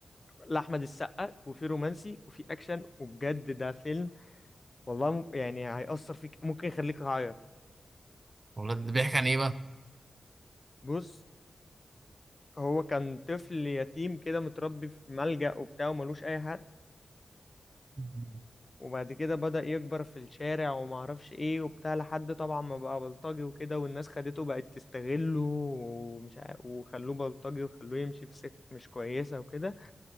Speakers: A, on the left; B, on the right.
A: لاحمد السقا وفي رومانسي وفي اكشن وبجد ده فيلم والله م- يعني هيأثر فيك ممكن يخليك تعيط
B: والله ده بيحكي عن ايه بقى
A: بص هو كان طفل يتيم كده متربي في ملجأ وبتاع وملوش اي حد
B: <laughs>
A: وبعد كده بدأ يكبر في الشارع وما اعرفش ايه وبتاع لحد طبعا ما بقى بلطجي وكده والناس خدته بقت تستغله ومش عا- وخلوه بلطجي وخلوه يمشي في سكة مش كويسة وكده